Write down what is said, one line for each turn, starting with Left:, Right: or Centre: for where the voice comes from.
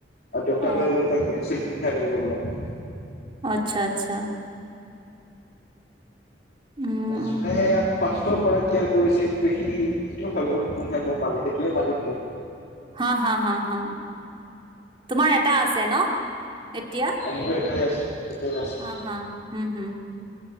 Left: আৰু দেউতা
Right: অ'
Left: লৈ গল তাক গেলছিল <unintelligible> কি ঠাইলৈ যাব লাগে
Right: আচ্ছা, আচ্ছা, উম,
Left: যুনে ইয়াত ফাৰ্ষ্টৰ পৰা কেয়াৰ কৰিছে সি এইটোৱে ভাবিব গ'ল <unintelligible> মোৰ মালিক সেইটোৱে মালিক মোৰ
Right: হা হা হা হা তোমাৰ এটা আছে ন এতিয়া
Left: মোৰ এটাই আছে এটাই আছে
Right: আ হা হোম হোম